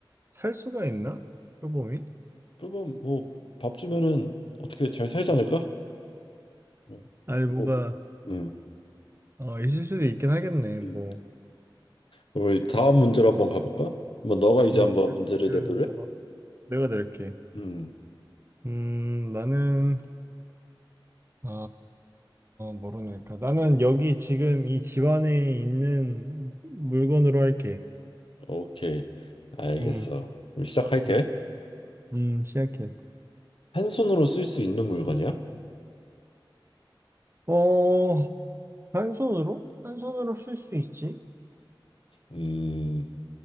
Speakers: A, on the right; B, on the left.
A: 살 수가 있나? 표범이?
B: 그러면 뭐 밥 주면은 어떻게 잘 살지 않을까? 어,
A: 아니, 뭔가
B: 어, 음,
A: 아, 있을 수도 있긴 하겠네. 뭐.
B: 음. 그럼 우리 다음 문제로 한번 가볼까? 한번 너가 이제
A: 음,
B: 한번 문제를
A: 그,
B: 내볼래?
A: 어, 내가 낼게.
B: 음,
A: 음, 나는, 아, 뭐로 낼까? 나는 여기 지금 이 집안에 있는 물건으로 할게.
B: 오케이, 알겠어.
A: 음,
B: 그럼 시작할게.
A: 음, 음, 시작해.
B: 한 손으로 쓸 수 있는 물건이야?
A: 어, 한 손으로? 한 손으로 쓸 수 있지?
B: 음,